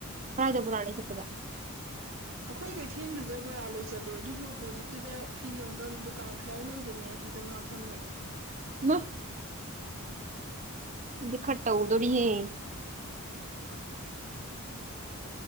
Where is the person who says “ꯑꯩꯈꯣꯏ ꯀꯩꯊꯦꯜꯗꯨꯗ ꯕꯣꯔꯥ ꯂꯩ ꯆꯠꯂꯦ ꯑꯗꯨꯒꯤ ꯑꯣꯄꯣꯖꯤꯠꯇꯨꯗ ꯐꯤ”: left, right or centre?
Right